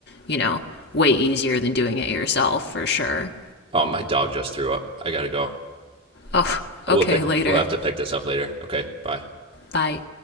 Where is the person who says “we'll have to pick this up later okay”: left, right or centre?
Right